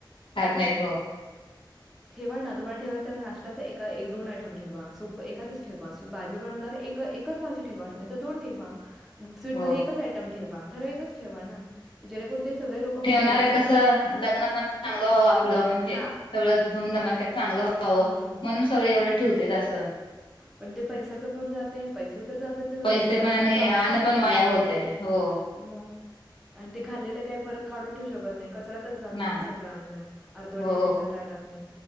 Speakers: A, on the left; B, in the centre.
A: खात नाहीत हो
B: ठेवा ना तुम्हाला ठेवायच नाश्त्याच्या एक दोन आयटम ठेवा सो एखाद ठेवा भाजी बनवणार एकच भाजी ठेवा नाहीतर दोन ठेवा नवे स्वीटमध्ये
A: हो
B: एकच आयटम ठेवा ठरावीकच ठेवा ना, जेणेकरून ते सगळे लोक
A: ठेवणार
B: खातील असच.
A: आहे कसं लग्न पण चांगलं व्हावं आपलं म्हणजे
B: हां.
A: सगळं धूमधमाक्यात चांगलं व्हावं
B: हं.
A: म्हणून. सगळ एवढं ठेवते अस
B: पण ते पैसाच पण जाते पैसे तर जात्यात ते जातत
A: पैसे
B: पण अण्णाचा
A: आणि
B: अपमान
A: अन्न पण
B: किती
A: वाया
B: आहे.
A: होते हो
B: मग आणि ते खाल्लेलं काय परत काढून ठेवू शकत नाही का कचळऱ्यात च जात
A: नाही
B: ना सगळ्यांना अर्धवर
A: हो
B: ठेवलेलं ताटात नाही.